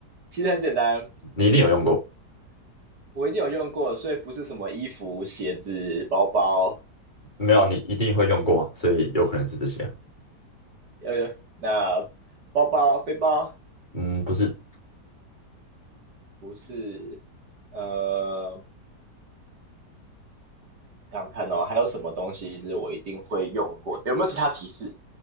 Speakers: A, on the right (about 70°); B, on the left (about 25°).
A: 其实很简单，
B: 你一定有用过，
A: 我一定有用过，所以不是什么衣服、鞋子、包包，
B: 没有你一定会用过啊，所以有可能是这些啊。
A: 呃，那包包、背包
B: 嗯，不是，
A: 不是，呃，想想看哦，还有什么东西是我一定会用过的？有没有其他提示？